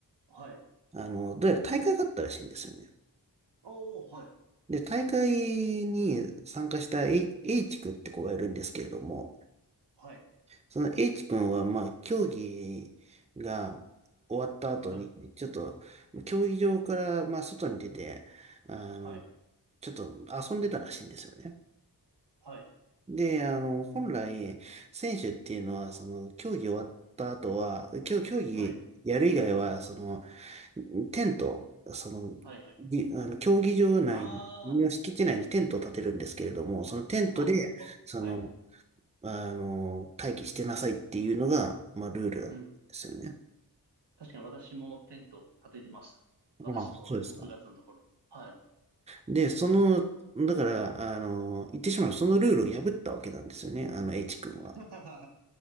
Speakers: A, on the right; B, on the right.
A: はい。
B: あの、どうやら大会があったらしいんですよね。
A: おー、はい。
B: で、大会に参加した H, H 君って子がいるんですけれども、
A: はい。
B: その H 君は、まあ、競技が終わった後に、
A: はい。
B: ちょっと、競技場から、まあ、外に出て、あの、
A: はい。
B: ちょっと遊んでたらしいんですよね。
A: はい。
B: で、あの、本来、選手っていうのは、その、競技終わった後は、競、競技やる以外は、
A: はい。
B: その、テント、その、
A: はい。はい。
B: に、あの、競技場内の敷地内にテントを建てるんですけれども、
A: ああ。
B: そのテントで、
A: あ、あはい。
B: その、あの、待機してなさいっていうのが、まあ、ルールだったんですよね。
A: うん。確かに私もテントを立ててましたね。私のその部活のところ。
B: まあ、そうですか。
A: はい。
B: で、その、だから、あの、言ってしまう、そのルールを破ったわけなんですよね、あの、H 君は。
A: <laughs> 確か